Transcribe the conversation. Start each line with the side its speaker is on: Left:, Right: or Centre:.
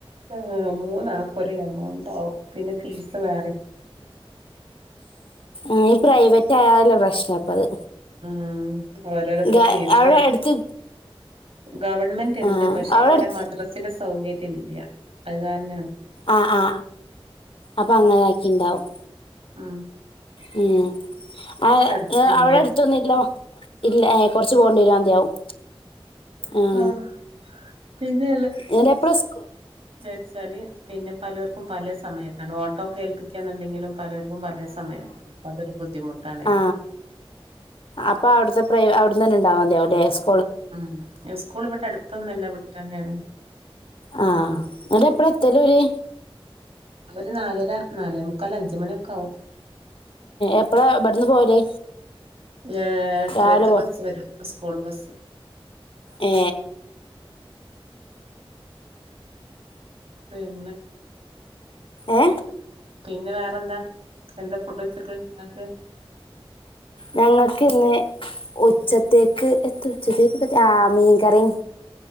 Right: ആ മൂന്നാക്കും ഒരേ എമൗൺണ്ടാവും പിന്നെ ഫീസ് സ് വേറെയും
Left: ആഹ് ഈ പ്രൈവറ്റ് ആയാല പ്രശ്നം അപ്പ അത്
Right: ഉം ഓരോരൊപ്പം
Left: ഗ
Right: ഫീസ്
Left: അവിടെ അടുത്ത്
Right: ഗവൺമെൻ്റ്
Left: ആ
Right: ഇണ്ട്. പക്ഷെ
Left: അവിടെ
Right: ഇവിടെ
Left: അടുത്ത്
Right: മദ്രസ്സസിൻ്റെ സൗകര്യം ഇല്ല. അത് കാരണാ
Left: ആ ആ അപ്പ അങ്ങനെ ആക്കി ഇണ്ടാവും.
Right: ആ
Left: മ് ആ
Right: എടുത്തില്ല
Left: വെ അവിടെ അടുത്തൊന്നുല്ല, ഇല്ല ഏ കൊർച്ച് പോണ്ടിരാൻതിയാവും ആ
Right: ആഹ് പിന്നെ
Left: ഇങ്ങട്ട് എപ്പളാ സ്‌കൂ
Right: ച്ചാല് പിന്നെ പലോർക്കും പലെ സമയത്താണ് ഓട്ടോ. ഏൽപ്പിക്കാന്ന്ണ്ടെങ്കിലും പലെർക്കും പലേ സമയത്താണ്. അപ്പ അതൊരു ബുദ്ധിമുട്ടാണേനും
Left: ആ അപ്പ അവിട്ത്തെ പ്രെയോ അവിട്ന്നെന്നേ ഇണ്ടാവാമതിയാവുലെ സ്
Right: ആ സ്കൂൾ ഇവിടെ അടുത്തൊന്നുല്ല വിട്ടന്നേണ്.
Left: ആ ന്നിട്ട് എപ്പളാ എത്തല് ഓല്?
Right: അവര് നാലര നാലേമുക്കാല് അഞ്ച്മണി ക്കാവും.
Left: എപ്പളാ ഇവിടുന്ന് പോവല്
Right: എട്ടരക്ക്
Left: രാവിലെ പോ
Right: ബസ്സ് വരും സ് കൂൾബസ്സ്.
Left: ഏ
Right: പിന്നെ
Left: ഏ
Right: പിന്നെ വേറെന്താ? എന്താ ഫുഡ് ഉച്ചക്ക് ഇങ്ങക്ക്?
Left: ഞങ്ങൾക്ക് ഇന്ന് ഉച്ചത്തേക്ക് എത്ത ഉച്ചത്തേക്ക് പറ്റ ആ മീൻ കറിം